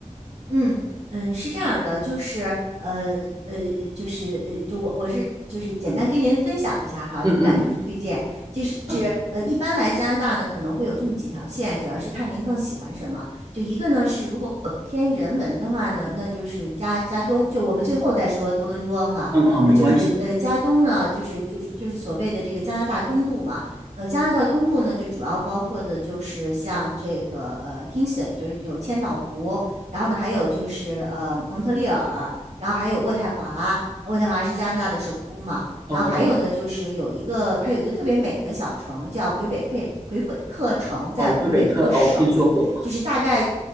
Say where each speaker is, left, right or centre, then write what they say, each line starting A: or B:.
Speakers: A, on the right; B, on the right.
A: 嗯嗯，是这样儿的，就是呃呃，就是呃，就我我是就是简单跟您分享一下哈，
B: 嗯嗯嗯
A: 就不敢说是推荐，就是
B: 嗯
A: 呃，一般来加拿大呢可能会有这么几条线，主要是看您更喜欢什么。就一个呢是如果偏人文的话呢，那就是加加东，就我们最后再说多伦多哈，
B: 嗯，嗯没关系。
A: 呃，就是呃加东呢，就是就是就是所谓的这个加拿大东部嘛。呃，加拿大东部呢，就主要包括的就是像这个呃 Kingston，就是有千岛湖。然后呢，还有就是呃蒙特利尔，然后还有渥太华，渥太华是加拿大的首都嘛。
B: 哦
A: 然后还有呢，就是有一个它有一个特别美的小城叫魁北克，魁北克城在魁北克省，
B: 哦，魁北克，哦，我听说过。
A: 就是大概，